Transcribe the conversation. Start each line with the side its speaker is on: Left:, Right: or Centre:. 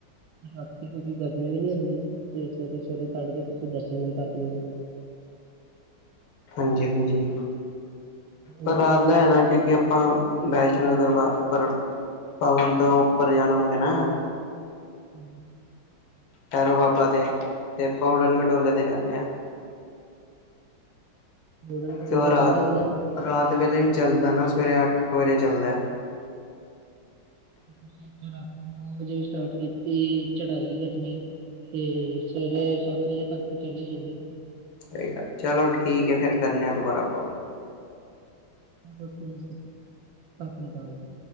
Right: ਰਾਤੀ ਕਿਉਂਕਿ ਗਰਮੀ ਵੀ ਨੀ ਹੁੰਦੀ ਤੇ ਸਵੇਰੇ ਸਵੇਰੇ ਤੜਕੇ ਤੁਸੀਂ ਦਰਸ਼ਨ ਵੀ ਕਰ ਲੋਗੇ।
Left: ਹਾਂਜੀ ਹਾਂਜੀ। ਪਰ
Right: ਉਧਰੋਂ
Left: ਰਾਤ ਦਾ ਐ ਨਾ ਕਿਉਂਕਿ ਆਪਾਂ ਵੈਸ਼ਨੋ ਦਰਬਾਰ ਉੱਪਰ ਪਵਨ ਤੋਂ ਉੱਪਰ ਜਾਣਾ ਹੁੰਦਾ ਨਾ
Right: ਹੂੰ।
Left: ਭੈਰੋ ਬਾਬਾ ਤੇ ਤੇ ਅਪਾਂ ਉਡਣ ਖਟੋਲੇ ਤੇ ਜਾਂਣੇ ਆਂ।
Right: ਗੁਡਨ ਖਟੋਲਾ
Left: ਤੇ ਉਹ ਰਾਤ
Right: ਚੱਲ ਹੁੰਦੇ?
Left: ਰਾਤ ਵੇਲੇ ਨੀ ਚੱਲਦਾ ਨਾ ਸਵੇਰੇ ਅੱਠ ਕ ਵਜੇ ਚੱਲ ਨੇ।
Right: ਸੋਚੋ ਰਾਤੀ ਨੋ ਵਜੇ ਸਟਾਰਟ ਕੀਤੀ ਚੜਾਈ ਕਰਨੀ ਤੇ ਸਵੇਰੇ ਸੱਤ ਵਜੇ ਤੱਕ ਤੇ ਚੱੜੀ ਜਾਦੇ
Left: ਕੋਈ ਗੱਲ, ਚਲੋ ਠੀਕ ਏ, ਫੇਰ ਕਰਣੇ ਆ ਦੁਬਾਰਾ ਕੋਲ।
Right: ਔ ਠੀਕ ਏ, ਸਤਿ ਸ੍ਰੀ ਕਾਲ ਜੀ।